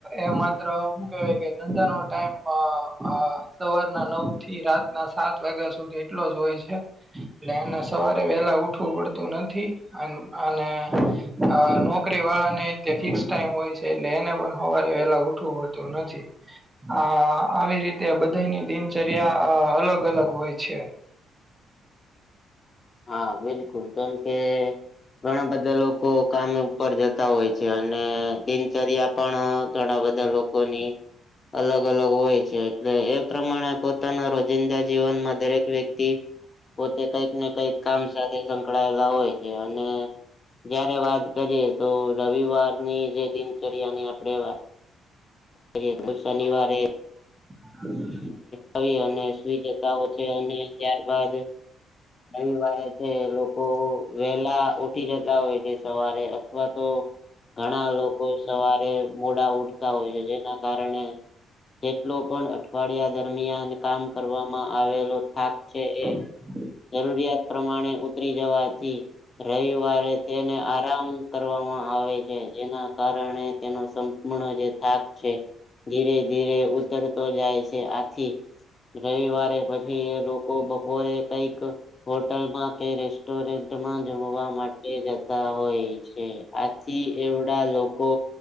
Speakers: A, on the right (about 20°); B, on the left (about 35°).
A: એ માત્ર હુ કેવાય કે ધંધાનો ટાઈમ અ સવારના નવ થી રાતના સાત વાગ્યા સુધી એટલો જ હોય છે. ને એન સવારે વેલા ઉઠવું પડતું નથી અન અને અ નોકરી વાળાને તે ફિક્સ ટાઈમ હોય છે. એટલે એને પણ હવારે વેલા ઉઠવું પડતું નથી આ આવી રીતે બધાની દિન ચર્યા અ અલગ અલગ હોય છે.
B: હા બિલકુલ કારણ કે ઘણા બધા લોકો કામે ઉપર જતા હોય છે, અને દિનચર્યા પણ ધણા બધા લોકોની અલગ અલગ હોય છે, એટલે એ પ્રમાણે પોતાના રો જિંદા જીવનમાં દરેક વ્યક્તિ પોતે કઈક ને કઈક કામ સાથે સંકળાયેલા હોય છે, અને જયારે વાત કરીએ તો રવિવારની જે દિનચર્યા ની આપડે વા કરીયે શનિવારે
A: <inaudible>
B: આવી અને સુઈ જતા હો છે અને ત્યારબાદ, રવિવારે છે લોકો વહેલા ઉઠી જતા હોય છે સવારે. અથવા તો ઘણા લોકો સવારે મોડા ઉઠતા હોય છે જેના કારણે. જેટલો પણ અઠવાડિયા દરમિયાન કામ કરવામાં આવેલો થાક છે એ.
A: હ.
B: જરૂરિયાત પ્રમાણે ઉતરી જવાથી. રવિવારે તેને આરામ કરવામાં આવે છે જેના કાર ણે તે સંપૂર્ણ જે થાક છે ધીરે ધીરે ઉતર જાય છે આથી રવિવારે પછી એ લોકો બપોરે કઈક. હોટલમાં કે રેસ્ટોરન્ટમાં જમવા માટે જતા હોય છે. આથી એવડા લોકો.